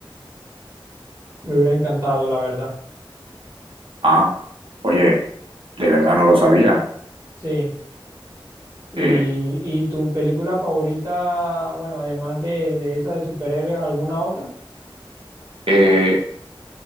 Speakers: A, on the right (about 25°); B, on the right (about 75°).
A: Me hubiera encantado, la verdad.
B: Ah, oye, de verdad no lo sabía.
A: Sí. ¿Y,
B: Eh,
A: y tu película favorita, bueno, además de, de esa de superhéroes, alguna otra?
B: eh,